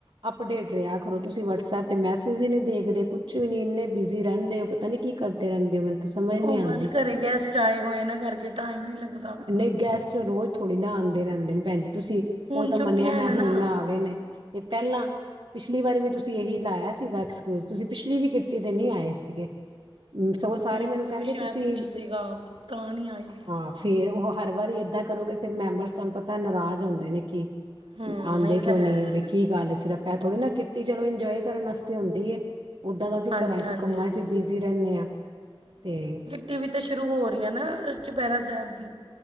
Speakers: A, on the right; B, on the right.
A: ਅਪਡੇਟ ਰਿਹਾ ਕਰੋ ਤੁਸੀਂ ਵਸਐਪ। ਤੇ ਮੈਸੇਜ ਹੀ ਨੀ ਦੇਖਦੇ ਕੁੱਛ ਵੀ ਨੀ ਇੰਨੇ ਬਿਜ਼ੀ। ਰਹਿੰਦੇ ਹੋ ਪਤਾ ਨੀ ਕੀ ਕਰਦੇ ਰਹਿੰਦੇ ਹੋ ਮੈਨੂੰ ਤਾਂ ਸਮਝ
B: ਉਹ
A: ਨੀ ਆਂਦੀ।
B: ਬਸ ਘਰੇ ਗੈਸਟ ਆਏ ਹੋਏ ਨਾ ਕਰਕੇ ਟਾਈਮ ਨਹੀਂ ਲੱਗਦਾ
A: ਨਹੀਂ ਗੈਸਟ ਰੋਜ਼ ਥੋੜ੍ਹੀ ਨਾ ਆਂਦੇ ਰਹਿੰਦੇ ਨੇ ਭੈਣ ਜੀ ਤੁਸੀਂ।
B: ਹੁਣ
A: ਉਹ ਤਾਂ
B: ਛੁੱਟੀਆਂ
A: ਮੰਨਿਆ ਮੈਂ
B: ਨੇ
A: ਹੁਣ
B: ਨਾ
A: ਆ ਗਏ ਨੇ। ਤੇ ਪਹਿਲਾਂ ਪਿਛਲੀ ਵਾਰ ਵੀ ਤੁਸੀਂ ਇਹੀ ਲਾਇਆ ਸੀਗਾ ਐਕਸਕਿਊਜ ਤੁਸੀਂ ਪਿਛਲੀ ਵੀ ਕਿੱਟੀ ਤੇ ਨਹੀਂ ਆਏ ਸੀ। ਸੀਗੇ ਸਗੋਂ ਸਾਰੇ
B: ਉਦੋਂ
A: ਮੈਨੂੰ ਕਹਿੰਦੇ
B: ਵੀ ਸ਼ਾਇਦ
A: ਤੁਸੀਂ।
B: ਕੁਛ ਸੀਗਾ ਤਾਂ ਨਹੀਂ ਆਈ।
A: ਹਾਂ ਫੇਰ ਉਹ ਹਰ ਵਾਰੀ ਏਦਾਂ ਕਰੋਗੇ ਫਿਰ ਮੈਂਬਰਸ ਤੁਹਾਨੂੰ ਪਤਾ ਨਾਰਾਜ਼ ਹੁੰਦੇ ਨੇ ਕੀ।
B: ਹੂੰ
A: ਆਂਦੇ
B: ਇਹ
A: ਕਿਉਂ
B: ਤਾਂ ਹੈ
A: ਨੀ। ਕੀ ਗੱਲ ਏ ਸਿਰਫ ਇਹ ਥੋੜ੍ਹੀ ਨਾ ਕਿੱਟੀ ਚਲੋ ਇੰਜੋਏ ਕਰਨ ਵਾਸਤੇ ਹੁੰਦੀ ਹੈ ਓਦਾਂ ਦਾ ਅਸੀਂ
B: ਹਾਂਜੀ
A: ਘਰਾਂ
B: ਹਾਂਜੀ
A: ਚ ਕੰਮਾਂ
B: ਹਾਂਜੀ
A: ਚ ਬਿਜ਼ੀ ਰਹਿੰਦੇ ਹਾਂ ਤੇ
B: ਟੀ ਵੀ ਤੇ ਸ਼ੁਰੂ ਹੋ ਰਹੀ ਹੈ ਨਾ ਚੁਪਹਿਰਾ ਸਾਹਿਬ ਦੀ